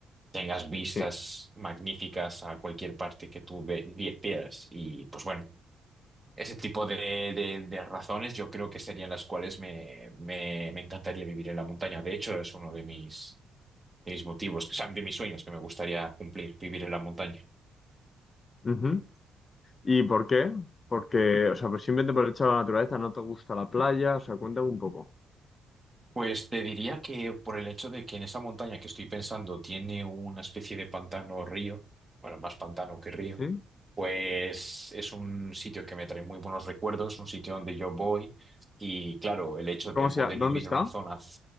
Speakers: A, on the right; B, on the left.
A: Tengas vistas
B: Sí.
A: magníficas a cualquier parte que tú ve- vi- veas y pues bueno. Ese tipo de, de- de razones yo creo que serían las cuales me, me- me encantaría vivir en la montaña. De hecho, es uno de mis, de mis motivos, o sea, de mis sueños que me gustaría cumplir, vivir en la montaña.
B: Ujú. ¿Y por qué? Porque, o sea, pues simplemente por el hecho de la naturaleza, no te gusta la playa, o sea, cuéntame un poco.
A: Pues te diría que por el hecho de que en esa montaña que estoy pensando tiene una especie de pantano o río, bueno, más pantano que río,
B: ¿Sí?
A: pues es un sitio que me trae muy buenos recuerdos, un sitio donde yo voy y claro, el hecho
B: ¿Cómo
A: de poder
B: se llama? ¿Dónde
A: vivir
B: está?
A: en una zona